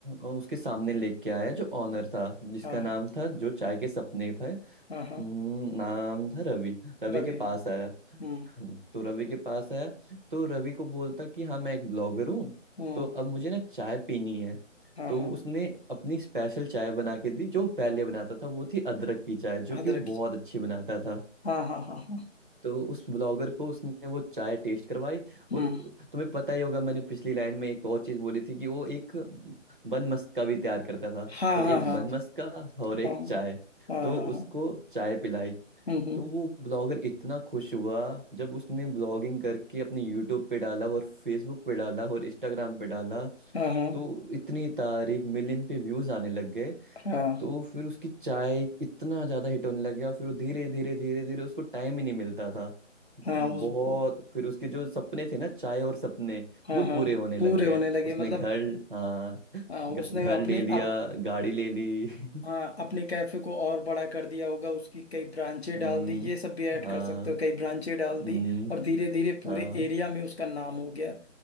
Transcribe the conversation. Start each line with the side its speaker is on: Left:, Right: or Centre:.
Right: उसके सामने लेके आया जो ऑनर था जिसका
Left: हाँ
Right: नाम
Left: हाँ
Right: था जो चाय के सपने था
Left: हाँ हाँ
Right: हम्म, नाम था रवि रवि
Left: रवि
Right: के पास
Left: हाँ
Right: आया
Left: हम्म
Right: हम्म, तो रवि के पास आया तो रवि को बोलता कि हाँ मैं एक ब्लॉगर हूँ
Left: हम्म
Right: तो अब मुझे ना चाय पीनी है
Left: हाँ
Right: तो
Left: हाँ
Right: उसने अपनी स्पेशल चाय बना के दी जो वो पहले बनाता था वो थी अदरक की चाय जो
Left: अदरक
Right: कि वो बहुत अच्छी बनाता था
Left: हाँ हाँ हाँ हाँ
Right: तो उस ब्लॉगर को उसने वो चाय टेस्ट करवाई
Left: हम्म
Right: और तुम्हें पता ही होगा मैंने पिछली लाइन में एक और चीज बोली थी कि वो एक बन मस्का भी तैयार करता था
Left: हाँ
Right: तो एक
Left: हाँ हाँ
Right: बन मस्का और एक
Left: हाँ
Right: चाय
Left: हाँ
Right: तो
Left: हाँ
Right: उसको
Left: हाँ,
Right: चाय पिलाई
Left: हम्म हम्म,
Right: तो वो ब्लॉगर इतना खुश हुआ जब उसने ब्लॉगिंग करके अपने यूट्यूब पे डाला और फेसबुक पे डाला और इंस्टाग्राम पे डाला
Left: हाँ हाँ
Right: तो इतनी तारीफ मिलियन पे व्यूज आने लग गए
Left: हाँ
Right: तो फिर उसकी चाय इतना ज्यादा हिट होने लग गया फिर वो धीरे धीरे धीरे धीरे उसको टाइम ही नहीं मिलता था
Left: हाँ
Right: तो
Left: उस
Right: बहुत
Left: उ-
Right: फिर उसके जो सपने थे ना चाय और सपने
Left: हाँ
Right: वो
Left: हाँ
Right: पूरे होने लग
Left: पूरे
Right: गए
Left: होने लगे
Right: उसने
Left: मतलब
Right: घर हाँ
Left: हाँ,
Right: घ-
Left: उसने
Right: घर
Left: अपने
Right: ले लिया
Left: अप
Right: गाड़ी ले ली <laughs>
Left: हाँ अपने कैफे को और बड़ा कर दिया होगा उसकी कई ब्रांचें
Right: हम्म
Left: डाल दी ये सब भी ऐड
Right: हाँ
Left: कर सकते हो कई ब्रांचें
Right: हम्म
Left: डाल दी और धीरे धीरे पूरे
Right: हाँ
Left: एरिया में उसका नाम हो गया